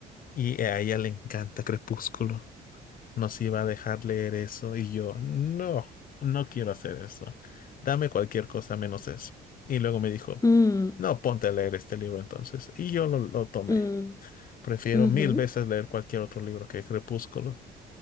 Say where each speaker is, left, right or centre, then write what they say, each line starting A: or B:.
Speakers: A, on the left; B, on the left.
A: y a ella le encanta Crepúsculo. nos iba a dejar leer eso y yo, no, no quiero hacer eso. Dame cualquier cosa menos eso. Y luego me dijo,
B: mm,
A: no, ponte a leer este libro entonces. Y yo lo, lo tomé.
B: mm,
A: Prefiero
B: ujú.
A: mil veces leer cualquier otro libro que Crepúsculo.